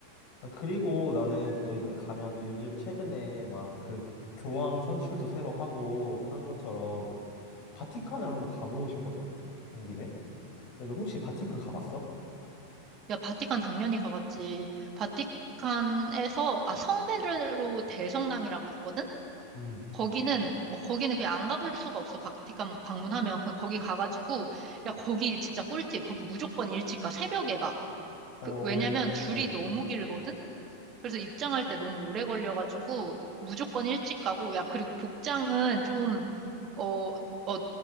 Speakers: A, on the left; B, on the right.
A: 아, 그리고 나는 또 이번에 가면 또 요즘 최근에 막 그 교황 선출도 새로 하고 한 것처럼 바티칸을 한번 가보고 싶거든? 한 김에? 근데 너 혹시 바티칸 가봤어?
B: 야, 바티칸 당연히 가봤지. 바티칸에서, 아, 성베드로 대성당이라고 있거든?
A: 음.
B: 거기는, 어, 거기는 그냥 안 가볼 수가 없어. 바티칸 방문하면. 그냥 거기 가가지고, 야, 거기 진짜 꿀팁. 거기 무조건 일찍 가. 새벽에 가.
A: 어,
B: 그, 왜냐면 줄이
A: 어.
B: 너무 길거든? 그래서 입장할 때 너무 오래 걸려가지고, 무조건 일찍 가고, 야, 그리고 복장은 좀, 어, 어,